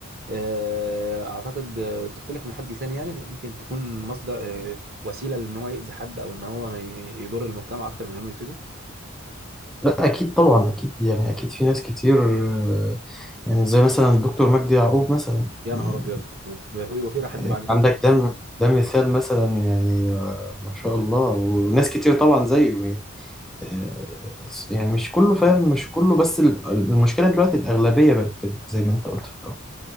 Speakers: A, on the right; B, in the centre.
A: آه، اعتقد آه، تختلف من حد لتاني يعني ممكن تكون مصدر آه، وسيلة لان هو يأذي حد او ان هو ما ي- يضر المجتمع اكتر من انه يفيده
B: لا اكيد طبعا اكيد يعني اكيد في ناس كتير آه، يعني زي مثلا الدكتور مجدي يعقوب مثلا
A: يا
B: يعني
A: نهار ابيض ده في وفي حد
B: آه،
A: بعد ده
B: عندك ده ده مثال مثلا يعني آه، ما شاء الله وناس كتير طبعا زيه يعني آه، يعني مش كله فاهم مش كله بس ال- المشكله دلوقتي الاغلبيه بقت كده زي ما انت قلت في الأول.